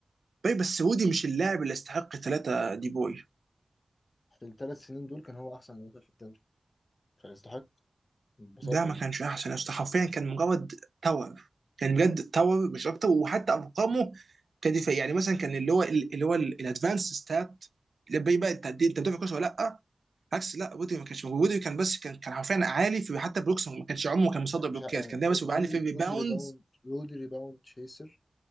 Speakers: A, on the right (about 75°); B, on the left (about 55°).
A: بس رودي مش اللاعب اللي يستحق ثلاثه دي بوي
B: في الثلاث سنين دول كان هو احسن مدافع في الدوري فيستحق ببساطة
A: لا ما
B: يعني
A: كانش احسن يسطا. حرفيا كان مجرد تاور كان بجد تاور مش اكتر وحتى ارقامه كدفاع يعني مثلا كان اللي هو اللي هو الادفانس ستات اللي بيبقى انت قد إيه- انت بتدافع كويس ولا لا عكس لا ودي ما كانش موجود ودي كان بس كان كان حرفيا عالي في حتى بلوكس ما كانش عمره كان مصدر بلوكات
B: مش ه- يعني
A: كان دايما
B: رو-
A: بس بيبقى
B: رودي
A: عالي في ريباوندز
B: رودي ريباوند رودي ريباوند تشيسر